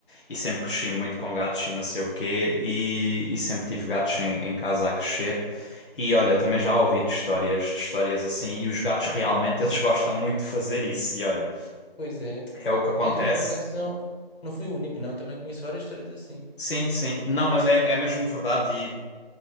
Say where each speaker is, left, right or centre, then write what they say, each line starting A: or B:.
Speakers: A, on the left; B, on the left.
A: e sempre cresci muito com gatos e não sei o quê e, e sempre tive gatos em, em casa a crescer. E olha, também já ouvi de histórias, de histórias assim, e os gatos realmente eles <laughs> gostam muito de fazer isso. E olha,
B: Pois é.
A: é o que acontece.
B: Era, por acaso, não, não fui o único, não. Também conheço várias histórias assim.
A: Sim, sim. Não, mas é, é mesmo verdade